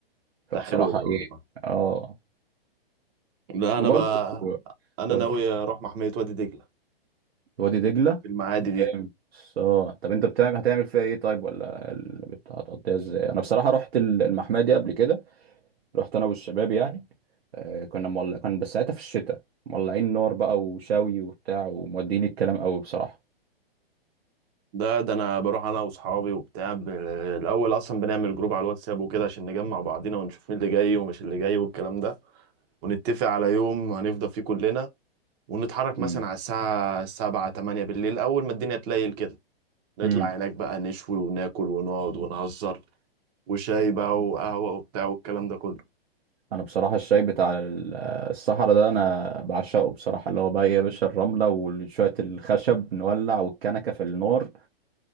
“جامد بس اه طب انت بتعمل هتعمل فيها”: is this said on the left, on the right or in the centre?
Right